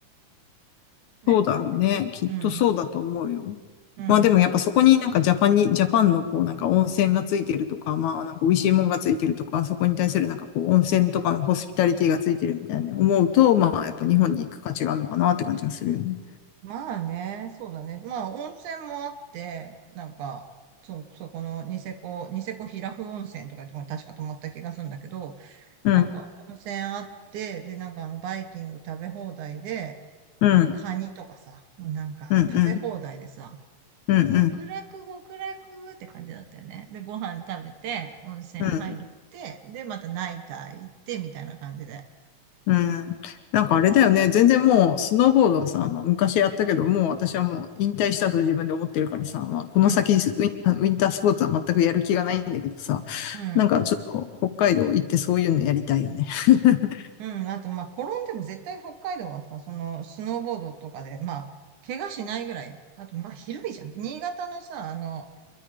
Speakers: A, on the right; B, on the left.
A: ね。
B: そうだろうね。きっとそうだと思うよ。
A: うん。うん。
B: まあでもやっぱそこになんかジャパンに、
A: う
B: ジャパンのこうなんか温泉がついてるとか、まあなんか美味しいもんがついてるとか、そこに対するなんかこう温泉とかのホスピタリティがついてるみたいな思うと、まあやっぱ日本に行く価値があるのかなって感じがするよね。
A: んまあね、そうだね。まあ、温泉もあって、なんか、そ、そこのニセコ、ニセコ平布温泉とかいうところに確か泊まった気がするんだけど、
B: うん、
A: なんか温泉あって、で、なんかあの、バイキング食べ放題で、
B: うん、
A: あの、
B: うん、
A: カニとかさ、もうなんか食べ放題でさ、
B: うん、うん、
A: 極楽極楽って感じだったよね。
B: うん、
A: で、ご飯食べて、温泉入って、
B: うん。
A: で、またナイター行って、みたいな感じで。
B: うん。なんかあれだよね。全然もう、スノーボードはさ、まあ、昔やったけど、もう私はもう引退したと自分で思ってるからさ、まあ、この先ウィ
A: うん、
B: ン、ウィンタースポーツは全くやる気がないんだけどさ、
A: うん。
B: なんかちょっと北海道行ってそういうのやりたいよね。<laughs>
A: うん、あと、まあ、転んでも絶対北海道はさ、その、スノーボードとかで、まあ、怪我しないぐらい。あと、まあ、広いじゃん。新潟のさ、あの、